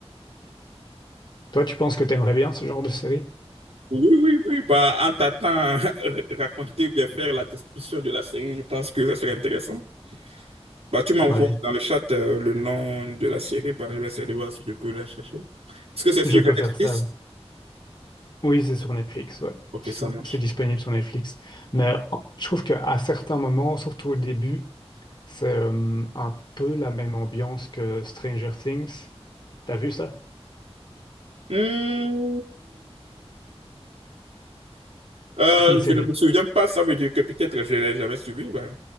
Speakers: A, on the left; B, on the right.
A: Toi, tu penses que t'aimerais bien ce genre de série?
B: Oui, oui, oui. Bah, en t'attendant <laughs> raconter ou bien faire la description de la série, je pense que ça serait intéressant. Bah, tu m'envoies
A: Ouais,
B: dans le chat euh, le nom de la série. Bah, je vais essayer de voir si je peux la chercher. Est-ce que c'est sur
A: je peux
B: Netflix?
A: faire ça. Oui, c'est sur Netflix, ouais.
B: Ok,
A: C'est
B: ça
A: sur-
B: marche.
A: c'est disponible sur Netflix. Mais oh, je trouve qu'à certains moments, surtout au début, c'est euh, un peu la même ambiance que Stranger Things. T'as vu ça?
B: Mmh. Euh,
A: C'est une série,
B: je ne me souviens pas, ça veut dire que peut-être je ne l'ai jamais suivi. bah.